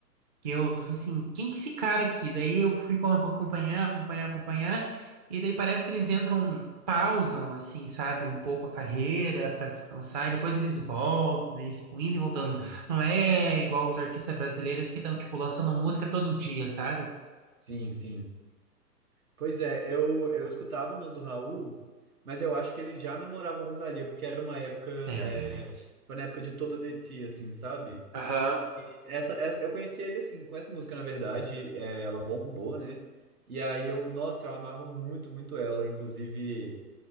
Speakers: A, on the right; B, on the right.
A: Que eu, falei assim, quem que é esse cara aqui? Daí eu fui co- acompanhar, acompanhar, acompanhar, e daí parece que eles entram, pausam, assim, sabe? Um pouco a carreira para descansar, e depois eles voltam, daí eles ficam indo e voltando.
B: sim.
A: Não é igual os artistas brasileiros que estão, tipo, lançando música todo dia, sabe?
B: Sim, sim. Pois é, eu, eu escutava umas do Raul, mas eu acho que ele já namorava a Rosalía, porque era uma época,
A: Dentro.
B: é, foi na época de Todo de Ti, assim, sabe?
A: Aham.
B: Essa, essa, eu conheci ele, assim, com essa música, na verdade, é, ela bombou, né? E aí eu, nossa, eu amava muito, muito ela, inclusive,